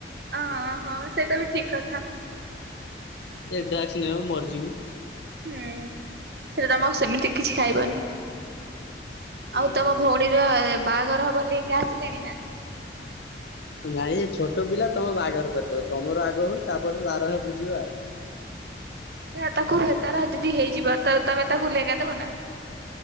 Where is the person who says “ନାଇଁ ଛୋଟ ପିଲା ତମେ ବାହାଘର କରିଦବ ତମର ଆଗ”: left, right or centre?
Left